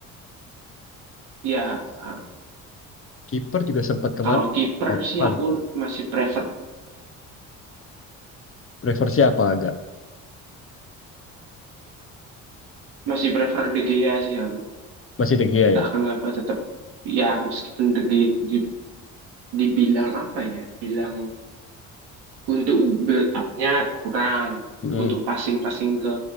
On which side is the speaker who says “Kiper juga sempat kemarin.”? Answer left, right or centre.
Left